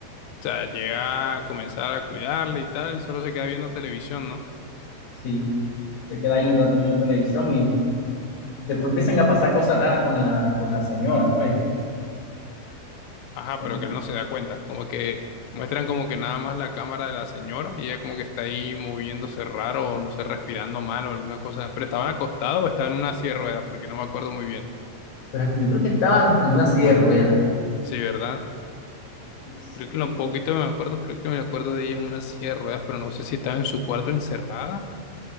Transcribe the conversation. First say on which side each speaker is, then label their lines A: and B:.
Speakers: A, on the left (about 85°); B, on the left (about 65°).
A: sea, llega a comenzar a cuidarle y tal, él solo se queda viendo televisión, ¿no?
B: Sí, se queda ahí un rato viendo televisión y después empiezan a pasar cosas raras con la, con la señora, pues.
A: Ajá,
B: ¿no?
A: pero que él no se da cuenta. Como que muestran como que nada más la cámara de la señora y ella como que está ahí moviéndose raro o no sé, respirando mal o alguna cosa. Pero estaba acostado o estaba en una silla de ruedas, porque no me acuerdo muy bien.
B: Pero hasta yo creo que estaba en una silla de ruedas.
A: Sí, ¿verdad?
B: Es
A: Creo que
B: que,
A: lo poquito que me acuerdo, creo que me acuerdo de ella en una silla de ruedas, pero no sé si estaba en su cuarto encerrada